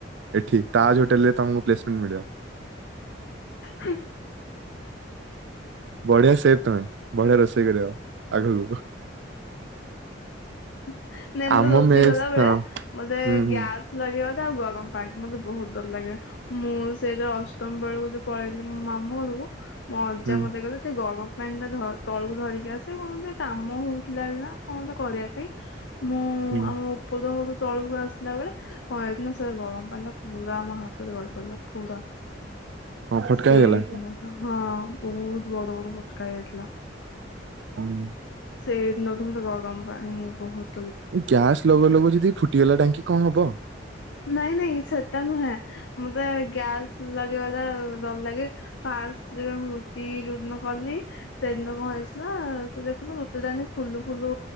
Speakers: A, on the right; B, on the left.
A: ଏଠି ତାଜ ହୋଟେଲ ରେ ତମକୁ ପ୍ଲେସମେଣ୍ଟ ମିଳିବ।
B: ହେଇ
A: ବଢିଆ ସେଫ୍ ତମେ ବଢିଆ ରୋଷେଇ କରିବ। ଆଗକୁ।
B: ନାଇଁ ମତେ
A: ଆମ
B: ରୋଷେଇ
A: ମେସ୍
B: କଲାବେଳେ
A: ହଁ
B: ମତେ
A: ହୁଁ
B: ଗ୍ୟାସ୍।
A: ହୁଁ
B: ଲଗେଇବା ଟା ଆଉ ଗରମ ପାଣି ମତେ ବୋହୁତ୍ ଡର ଲାଗେ। ମୁଁ ସେଇଟା ଅଷ୍ଟମ ବେଳୁକୁ ଯୋଉ ପଳେଇଥିଲି ମୋ ମାମୁଁ ଘରୁକୁ ମୋ ଅଜା
A: ହୁଁ
B: ମତେ କହିଲେ। ତେ ଗରମ ପାଣି ଟା ଧ ତଳୁକୁ ଧରିକି ଆସେ କଣ ଗୋଟେ କାମ ହଉଥିଲା ବୋଲି କି ନା କଣ ତ କରିବା ପାଇଁ। ମୁଁ
A: ହୁଁ
B: ଆମ ଉପଦଳୁ ତଳୁକୁ ଆସିଲା ବେଳେ କଁ ହେଇଚ୍ ନା ସେ ଗଳମ୍ ପଣ୍ ଟା ପୁଳା ମୋ ହାତରେ ଗଳି ପଇଲା ପୁରା
A: କଣ ଫଟକା
B: ସେଇଦିନ
A: ହେଇଗଲା
B: ହଁ, ବୋହୁତ ବଡ ବଡ ଫଟକା ହେଇ ଯାଇଥିଲା।
A: ହୁଁ
B: ସେଇିଦିନଠୁ ମତେ ଗରମ ପାଣି ବୋହୁତ୍
A: ଗ୍ୟାସ ଲଗଉ ଲଗଉ ଯଦି ଫୁଟିଗଲା ଟାଙ୍କି କଣ ହବ?
B: ନାଇଁ, ନାଇଁ ସେଟା ନୁହେଁ, ମତେ ଗ୍ୟାସ ଲଗେଇବାଟା ଡର୍ ଲାଗେ। ଫାଷ୍ଟ୍ ଯେବେ ମୁଁ ରୁଟି ଯୋଉ ଦିନ କଲି ସେଦିନ କଣ ହେଇଚିନା ସେ ଦେଖୁନୁ ରୁଟିଟାନି ଫୁଲୁ ଫୁଲୁ